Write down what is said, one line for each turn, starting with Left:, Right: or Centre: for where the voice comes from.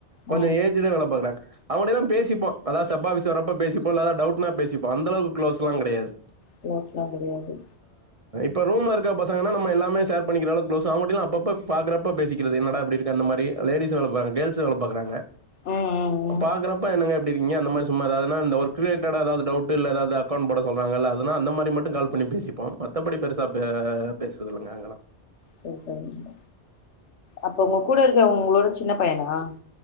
Right: கொஞ்ச
Left: ம்
Right: ஏஜ்டு வேல பாக்கறாங்க அவடே தா பேசிப்போ அதா சப்பாபீஸ் வர்றப்ப பேசிப்போ இல்ல எதா டவுட் னா பேசிப்போ அந்தளவுக்கு க்ளோஸ்லாங்கிடையாது
Left: க்ளோஸ்லா கிடையாது
Right: இப்ப ரூம்ல இருக்க பசங்கனா நம்ம எல்லாமே ஷேர் பண்ணிக்றளவுக்கு க்ளோசு அவங்கிட்டிலா அப்பப்ப பாக்றப்ப பேசிக்கிறது என்னடா எப்டிருக்க அந்த மாரி லேடிஸ் வேல பா கேல்ஸு வேல பாக்றாங்க
Left: ம் ம் ம்
Right: பாக்றப்ப என்னங்க எப்டி இருக்கிங்க அந்த மாரி சும்மா அதாவுதுனா இந்த ஒர்க் ரிலேட் ட்டடா எதாவுது டவுட்டு இல்ல எதாவுது அக்கவுண்ட் போட சொல்றாங்ல அந்த மாரி மட்டும் கால் பண்ணி பேசிப் ப்போ மத்தபடி பெருசா பேசறதுலங்க அங்கலா
Left: செரி செரிங்க அப்ப உங்க கூட இருக்கவங்க உங்ளோட சின்ன பையனா